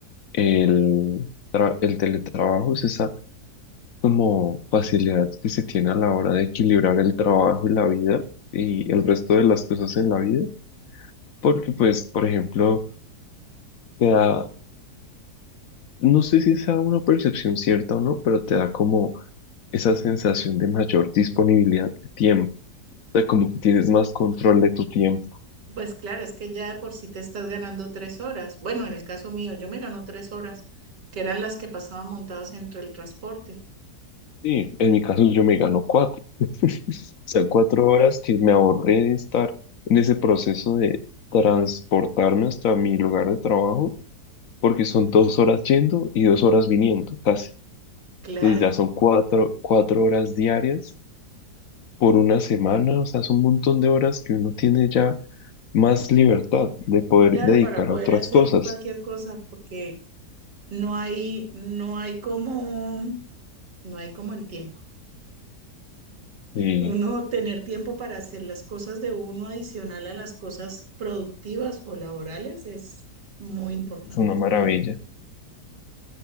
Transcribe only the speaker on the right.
Pues claro, es que ya de por sí te estás ganando tres horas. Bueno, en el caso mío, yo me gano tres horas, que eran las que pasaba montadas entre el transporte.
Claro,
claro,
para poder
hacer
cualquier cosa, porque no hay, no hay como, no hay como el tiempo.
Uno tener tiempo para hacer las cosas de uno adicional a las cosas productivas o laborales es muy importante.